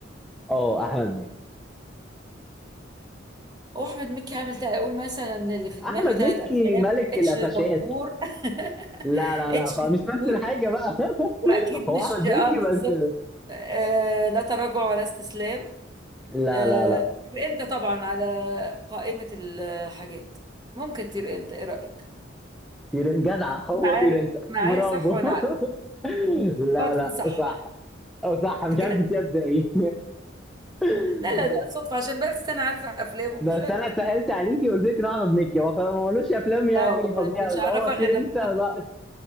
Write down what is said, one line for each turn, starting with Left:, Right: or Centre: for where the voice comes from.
Centre: اه احمد مكي
Right: هو احمد مكي عامل تا- اقول مثلا اللي في
Centre: احمد
Right: دماغي ثلاث
Centre: مكي
Right: افلام
Centre: ملك
Right: اتش
Centre: القفشات
Right: دبور <laughs>
Centre: لا لا
Right: اتش
Centre: لا خلاص
Right: دبور
Centre: مش نفس الحاجه بقى <laughs>
Right: واكيد
Centre: هو
Right: مش
Centre: احمد
Right: اه
Centre: مكي
Right: بالظبط
Centre: بس
Right: آه لا تراجع ولا استسلام
Centre: لا
Right: آه
Centre: لا لا
Right: طير انت طبعا على قائمة الحاجات ممكن تطير انت ايه رأيك
Centre: طير جدع
Right: هتيجي
Centre: هو
Right: معايا
Centre: طير انت
Right: معايا
Centre: برافو
Right: صح وانا عارفه
Centre: <laughs> لا
Right: اه تكون
Centre: لا
Right: صح
Centre: صح او صح مش
Right: بجد
Centre: عارف جبتيها ازاي <laughs>
Right: لا لا ده صدفة عشان بس انا عارفة افلامه
Centre: بس
Right: مش اكتر
Centre: انا سهلت عليكي وقلت لك إن هو احمد مكي هو خلاص ما ملوش افلام يعني
Right: اه والله
Centre: فظيعه
Right: ما كنتش
Centre: أوي.
Right: اعرفها
Centre: هو
Right: غير
Centre: طير
Right: لما
Centre: انت بقى